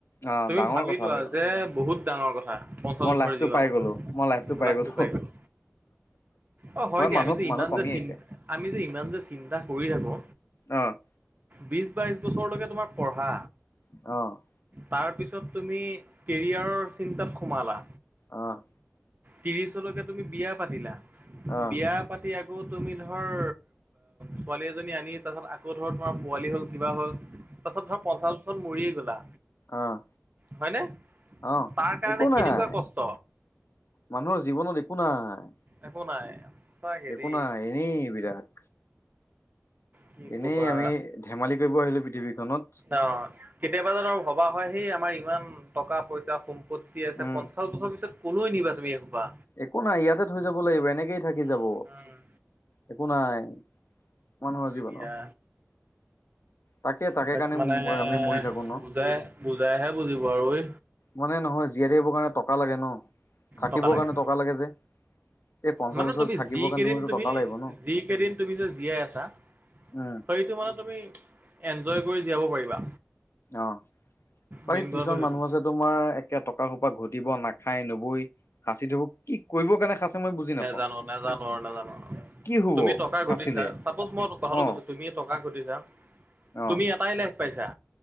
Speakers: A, on the left; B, on the right.
A: অ'
B: তুমি
A: ডাঙৰ
B: ভাবিলোৱা
A: কথা আৰু
B: যে বহুত ডাঙৰ কথা। পঞ্চাছ
A: মই
B: বছৰে
A: লাইফটো
B: জীওৱা
A: পাই
B: মানুহে
A: গ'লো মই
B: লাইফটো
A: গ'লো।
B: পাই গয়। অ' হয় দিয়া
A: মানুহক
B: আমি যে
A: মানুহ
B: ইমান
A: কমি
B: যে
A: আহিছে।
B: আমি যে ইমান যে চিন্তা কৰি থাকো।
A: অ'
B: বিশ, বাইশ বছৰলৈকে তোমাৰ পঢ়া।
A: অ'
B: তাৰ পিছত তুমি কেৰিয়াৰৰ চিন্তাত সোমালা।
A: অ'
B: ত্ৰিশলৈকে তুমি বিয়া পাতিলা,
A: অ'
B: বিয়া পাতি আকৌ তুমি ধৰ ছোৱালী এজনী আনি তাৰপাছত আকৌ ধৰ তোমাৰ পোৱালি হ'ল। কিবা হ'ল, তাৰ পাছত ধৰা পঞ্চাশ বছৰ মৰিয়ে গ'লা।
A: আহ,
B: হয়নে
A: অহ'
B: তাৰ কাৰণে
A: একো নাই।
B: কেনেকুৱা কষ্ট
A: মানুহৰ জীৱনত একো নাই।
B: একো নাই। সঁচাকে
A: একো
B: দেই
A: নাই, এনেই বিৰাট
B: কি
A: এনেই
B: ক'বা
A: আমি। ধেমালি কৰিব আহিলো পৃথিৱীখনত।
B: অ' কেতিয়াবা জানো ভবা হয়, সেই আমাৰ ইমান টকা পইচা। সম্পত্তি আছে,
A: উম।
B: পঞ্চাশ বছৰ পিছত কলৈ নিবা তুমি এইখোপা।
A: একো নাই ইয়াতে থৈ যাব লাগিব। এনেকেই থাকি
B: উম
A: যাব
B: উম
A: একো নাই। মানুহৰ
B: হয়
A: জীৱনত।
B: দিয়া।
A: তাকে তাকে
B: তাক
A: কাৰণে
B: মানে
A: আমি মৰি থাকো ন
B: বুজাই বুজাইহে বুজিব আৰু ঐ।
A: মানে নহয় জীয়াই থাকিবৰ কাৰণে টকা লাগে ন থাকিবৰ
B: টকা লাগে।
A: কাৰণে টকা লাগে যে। এই পঞ্চাশ
B: মানে
A: বছৰ
B: তুমি
A: থাকিবৰ
B: যি
A: কাৰণে
B: কেইদিন
A: তুমিতো
B: তুমি
A: টকা লাগিব ন
B: যি কেইদিন তুমি যে জীয়াই আছা।
A: উম
B: হেইটো মানে তুমি এনঞ্জয় কৰি জীয়াব পাৰিবা।
A: অ' পাৰি
B: মেইন
A: কিছুমান
B: কথাটো সেইটো।
A: মানুহ আছে। তোমাৰ একে টকা সোপা ঘটিব নাখাই নবৈ সাঁচি থ'ব। কি কৰিব কাৰণে সাঁচে মই বুজি নাপাওঁ
B: নাজানো, নাজানো, নাজানো।
A: কি হব
B: তুমি টকা
A: সাঁচিলে
B: ঘটিছা, চাপজ মই কথাটো
A: অ
B: কৈছো, তুমি টকা ঘটিছা
A: অ
B: তুমি এটাই লাইফ পাইছা,